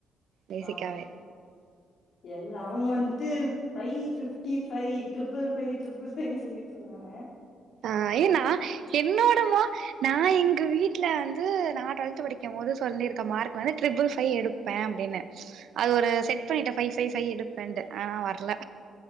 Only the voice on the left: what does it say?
ஆமா எல்லா அவங்க வந்துட்டு five fifty five triple five triple ஃபைவ்ன்னு சொல்லிட்ருக் சொன்னாங்க